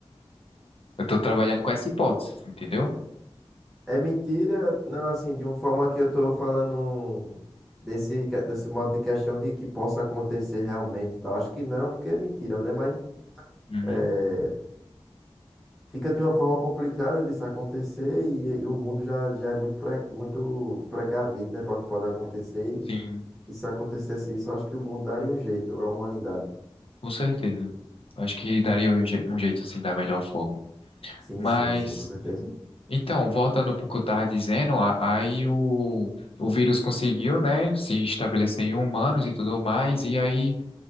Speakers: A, on the left; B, in the centre.
A: Eu tô trabalhando com essa hipótese, entendeu?
B: É mentira, não, assim, de uma forma que eu tô falando desse, que- desse modo de questão de que possa acontecer realmente, e tal. Acho que não, porque é mentira, né? Mas
A: Uhum.
B: é, fica de uma forma complicada disso acontecer e, e o mundo já, já é muito, pre, muito precavido, né, para o que pode acontecer.
A: Sim,
B: E, e se acontecesse isso, eu acho que o mundo daria um jeito, a humanidade.
A: com certeza. Acho que daria um je- um jeito assim da melhor forma.
B: Sim,
A: Mas
B: sim, sim, com certeza.
A: Então, voltando para o que eu estava dizendo, a- aí o, o vírus conseguiu, né, se estabelecer em humanos e tudo mais, e aí